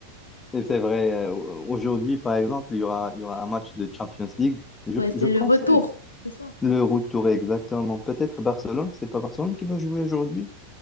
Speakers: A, on the left; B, on the left.
A: et C'est vrai. euh, au- Aujourd'hui, par exemple, il y aura, il y aura un match de Champions League. Je,
B: Ouais, c'est
A: je pense,
B: le retour,
A: que
B: c'est ça.
A: Le retour est exactement. Peut-être Barcelone, c'est pas Barcelone qui va jouer aujourd'hui?